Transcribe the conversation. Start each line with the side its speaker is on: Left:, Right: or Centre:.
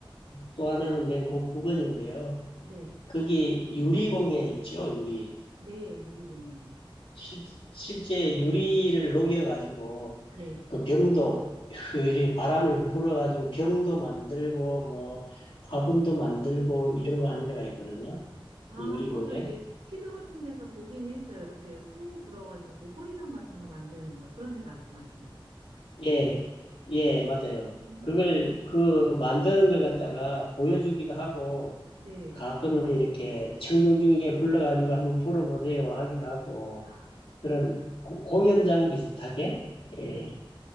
Left: 또 하나는 맨 그 부근인데요.
Right: 네.
Left: 거기 유리공예 있죠, 유리.
Right: 네, 유리공이에요.
Left: 실, 실제 유리를 녹여가지고,
Right: 네.
Left: 그 병도, 그 유리 바람을 불어가지고 병도 만들고, 뭐, 화분도 만들고, 이런 거 하는 데가 있거든요.
Right: 아,
Left: 그 유리공예.
Right: 저도 이제 TV 같은 데서 보기는 했어요. 이렇게 후 불어가지고 호리병 같은 거 만드는 거. 그런데 말씀하시는 거죠.
Left: 예, 예, 맞아요.
Right: 음.
Left: 그걸, 그 만드는 걸 갖다가 보여주기도 하고,
Right: 네.
Left: 가끔은 이렇게 청중 중에 불러가지고 한번 불어보세요 하기도 하고
Right: 아,
Left: 그런 고- 공연장 비슷하게
Right: 네.
Left: 예.